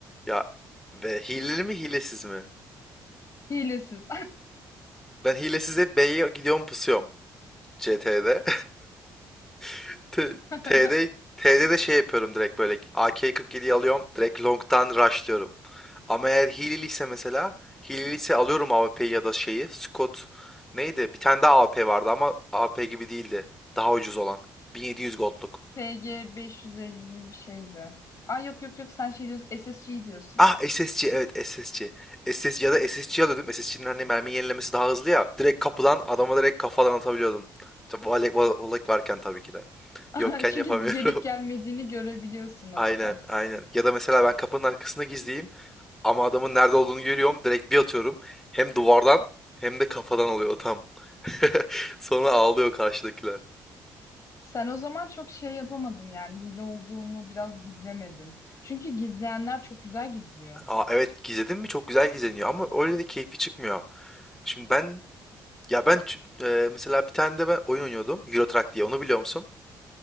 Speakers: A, in the centre; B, on the left.
A: Ya ve hileli mi hilesiz mi?
B: Hilesiz.
A: Ben hilesiz hep B'ye gidiyorum pusuyorum. C T'de, <laughs> T-
B: <laughs>
A: T'de T'de de şey yapıyorum direkt böyle A AK-47'yi alıyorum. Direkt long'tan rushlıyorum. Ama eğer hileliyse mesela hileliyse alıyorum A AWP'yi ya da şeyi. Scott neydi? Bir tane daha A W P vardı ama A W P gibi değildi. Daha ucuz olan. 1700 gold'luk.
B: TG 550 bir şeydi. Ay yok yok yok sen şey diyorsun SSG diyorsun.
A: Ah SSC evet SSC. SSC ya da SSC alıyordum. SSC'nin hani mermi yenilemesi daha hızlı ya. Direkt kapıdan adama direkt kafadan atabiliyordum. Tabii olek, olek varken tabii ki de.
B: <laughs>
A: Yokken
B: Çünkü
A: yapamıyorum.
B: gelip gelmediğini görebiliyorsun
A: <laughs>
B: orada.
A: Aynen aynen. Ya da mesela ben kapının arkasında gizleyeyim ama adamın nerede olduğunu görüyorum. Direkt bir atıyorum. Hem duvardan hem de kafadan oluyor tam. <laughs> Sonra ağlıyor karşıdakiler.
B: Sen o zaman çok şey yapamadın yani hile olduğunu biraz gizlemedin. Çünkü gizleyenler çok güzel gizliyor.
A: Aa, evet gizledin mi çok güzel gizleniyor ama öyle de keyfi çıkmıyor. Şimdi ben ya ben ç- e, mesela bir tane de ben oyun oynuyordum. Euro Truck diye onu biliyor musun?